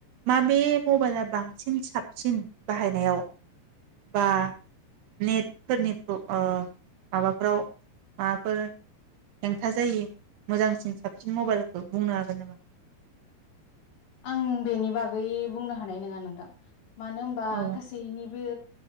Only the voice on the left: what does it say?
आं बेनि बागै बुंनो हानाय नङा नोंथां थां मानो होनबा
गासैनिबो बे